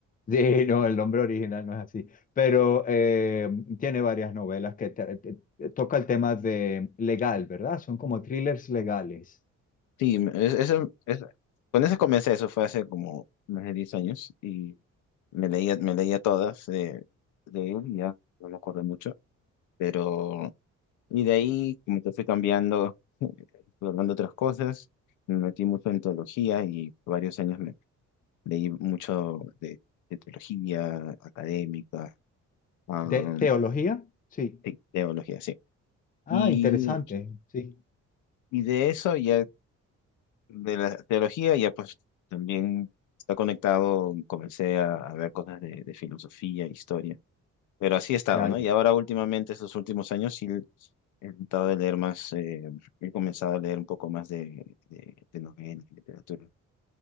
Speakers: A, on the left; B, on the left.
A: sí, no, el nombre original no es así, pero eh, tiene varias novelas que tra- te- te- toca el tema de legal, ¿verdad? Son como thrillers legales.
B: Sí, me- es- eso, es- con eso comencé, eso fue hace como más de 10 años y me leía, me leía todas de, de él, y ya no me acuerdo mucho, pero y de ahí como que fui cambiando, <laughs> fui hablando otras cosas, me metí mucho en teología y por varios años me leí mucho de, de teología académica, am,
A: ¿De teología? Sí.
B: sí, teología, sí.
A: Ah,
B: Y,
A: interesante, sí,
B: y de eso ya de la teología, ya pues también está conectado, comencé a, a ver cosas de, de filosofía, historia, pero así he estado,
A: ya,
B: ¿no?
A: ya.
B: Y ahora últimamente, estos últimos años, sí he tratado de leer más, eh, he comenzado a leer un poco más de, de, de novelas, de literatura,